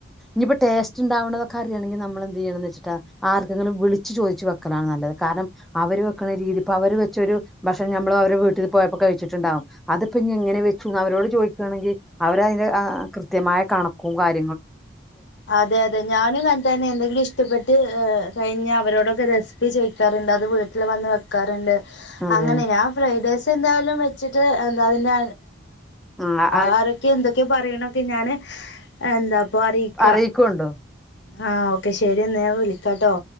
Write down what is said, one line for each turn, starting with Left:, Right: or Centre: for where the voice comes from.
Centre: ഇനിയിപ്പ ടേസ്റ്റ്ണ്ടാവുന്നതക്കെ ണെങ്കിൽ നമ്മൾ എന്ത് ചെയ്യണന്ന് വച്ചിട്ട ആക്കെങ്കിലും വിളിച്ചു ചോദച്ച് വെക്കലാണ് നല്ലത് കാരണം അവര് വെക്കണീതി ഇപ്പോ അവര് വെച്ച ഒരു ഭക്ഷണം ഞമ്മള് അവരെ വീട്ടിൽ പോയപ്പോ കഴിച്ചിട്ടുണ്ടാവും അതിപ്പ ഇനിങ്ങനെ അവരോട് ചോദിക്കുകയാണെങ്കിൽ അവരതിന്റെ കൃത്യമായ കണക്കും കാര്യ
Left: അതെ അതെ ഞാനും അനത്തന്നെ എന്തെങ്കിലും ഇഷ്ടപ്പെട്ട് ഏ കഴിഞ്ഞ അവരോടൊ സിപ്പി ചോക്കാറുണ്ട് അത് വീട്ടിൽ വന്ന് വെക്കാറുണ്ട്
Centre: അതെ
Left: അങ്ങനെ ഞാ ഫ്രഡ് <unintelligible> എന്തായാലും വെച്ചിട്ട് എന്താ
Centre: ആ
Left: ആരൊക്കെ എന്തൊ ക്കെ പറയണൊക്കെ ഞാന് എന്താപ്പൊ അറിയിക്ക
Centre: അറിയിക്കുണ്ടോ
Left: ആഹ ഓക്കെ ശെരി എന്ന ഞാൻ വിളിക്കാട്ടോ..